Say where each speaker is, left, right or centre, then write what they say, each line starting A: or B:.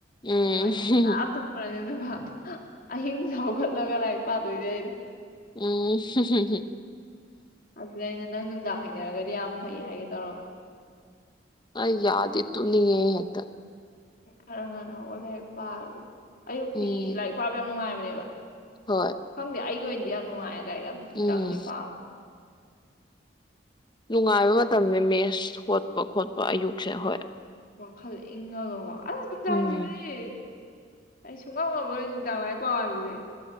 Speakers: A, on the left; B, on the left.
A: ꯎꯝ
B: ꯑꯗꯨ ꯃ ꯇ ꯄꯨꯗ ꯑꯗꯨ ꯑꯍꯤꯡꯁ ꯍꯧꯒꯠꯂꯒ ꯂꯥꯏꯔꯤꯛ ꯄꯥꯗꯣꯏꯅꯦ ꯑꯩꯅ
A: ꯎꯝ ꯍ ꯍ
B: ꯑꯗꯨꯗ ꯑꯩꯅ ꯅꯪ ꯅꯨꯡꯗꯥꯡ ꯍꯩꯅꯔꯒꯗꯤ ꯌꯥꯝ ꯐꯩ ꯍꯥꯏꯒꯦ ꯇꯧꯔꯃ
A: ꯑ ꯌꯥꯗ ꯏ ꯇꯨꯅꯤꯌꯦꯗ
B: ꯈꯔ ꯉꯥꯟ ꯍꯧꯒꯂ ꯍꯦꯛ ꯄꯥꯔꯗꯤ ꯑꯌꯨꯛꯇꯤ
A: ꯎꯝ
B: ꯂꯥꯏꯔꯤꯛ ꯄꯥꯕ ꯌꯥ ꯌꯥꯝ ꯅꯨꯡꯉꯥꯏꯕ ꯕ
A: ꯍꯣꯏ
B: ꯈꯪꯗꯦ ꯑꯩꯒꯤ ꯑꯣꯏꯅ ꯅꯉ ꯌꯥꯝ
A: ꯎꯝ
B: ꯆꯪꯉꯦ ꯄꯥꯝ
A: ꯅꯨꯡꯉꯥꯏꯕ ꯃꯇꯝ ꯃꯦꯁ ꯍꯣꯠꯄ ꯈꯣꯠꯄ ꯌꯨꯛꯁ ꯍꯣꯏ
B: ꯈꯜꯂ ꯏꯪꯉꯜꯂꯣꯀꯣ ꯑꯁ ꯅꯨꯡꯗꯥꯡꯁꯤꯗꯤ
A: ꯎꯝ
B: ꯑꯩ ꯁꯨꯡꯉꯝ ꯉꯝꯃꯔꯣꯏ ꯅꯨꯡꯗꯥꯡ ꯂꯥꯏꯔꯤꯛ ꯄꯥꯕꯁꯤꯗꯤ ꯑꯩ